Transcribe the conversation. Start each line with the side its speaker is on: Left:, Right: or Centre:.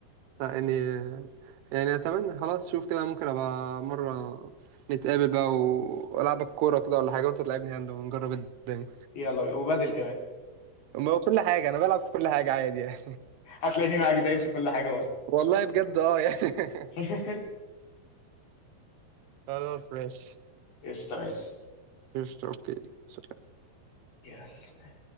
Right: لا، يعني يعني اتمنى خلاص شوف كده ممكن ابقى مره نتقابل بقى و- والعبك كوره كده ولا حاجه وانت تلعبني هاند ونجرب الدنيا
Left: يلا بقى، وبدل كمان
Right: ما هو كل حاجه انا بلعب في كل حاجه عادي يعني
Left: هتلاقيني معاك دايس في كل حاجه برضه
Right: <laughs> والله بجد اه يعني
Left: <laughs>
Right: <laughs> خلاص ماشي
Left: قشطه ماشي
Right: قشطة، اوكي سلام
Left: يلا